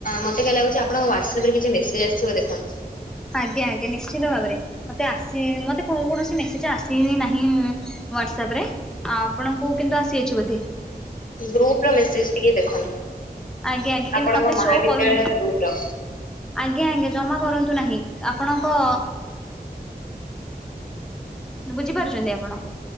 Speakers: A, on the left; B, in the centre.
A: ମତେ କଁ ଲାଗୁଛି ଆପଣଙ୍କ ହ୍ୱାଟସଆପ ରେ କିଛି ମେସେଜ୍ ଆସିଥିବ ଦେଖନ୍ତୁ।
B: ଆଜ୍ଞା ଆଜ୍ଞା ନିଶ୍ଚିତ ଭାବରେ ମତେ ଆସି ମତେ କ କୌଣସି ମେସେଜ ଆସ ନାହିଁ ହଵାଟସପ ରେ ଆ ଆପଣଙ୍କୁ କିନ୍ତୁ ଆସିଅଛି ବୋଧେ।
A: ଗ୍ରୁପ ର ମେସେଜ ଟିକେ ଦେଖନ୍ତୁ।
B: ଆଜ୍ଞା ଆଜ୍ଞା
A: ଆପଣଙ୍କ
B: କିନ୍ତୁ ମତେ ଶୋ
A: ମହାବିଦ୍ୟାଳୟ
B: କରୁନାହିଁ।
A: ଗ୍ରୁପ ର
B: ଆଜ୍ଞା ଆଜ୍ଞା ଜମା କରନ୍ତୁ ନାହିଁ ଆପଣଙ୍କ ବୁଝିପାରୁଛନ୍ତି ଆପଣ।